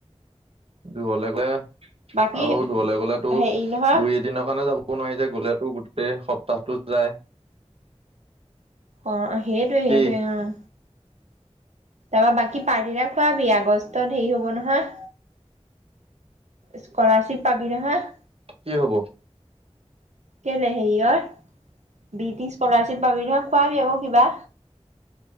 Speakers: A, on the right (about 55°); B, on the right (about 85°).
A: দূৰলে গলে
B: বাকী
A: আৰু দূৰলে গলেতো
B: হেৰি
A: দুই,
B: নহয়
A: এদিনৰ কাৰণে যাব নোৱাৰি যে গ'লেতো গোটেই সপ, -তাতো যায়।
B: অহ, ' সেইটোৱে
A: কি
B: -সেইটোৱে অহ, তাৰপা বাকী পাৰ্টি এটা খোৱাবি আগষ্টত হেৰি হব নহয়, স্কলাৰশ্বিপ পাবি নহয়?
A: কি হব?
B: কেলে হেৰিয়ৰ বি -টি -স্কলাৰশ্বিপ পাবি নহয় খোৱাবি আকৌ কিবা?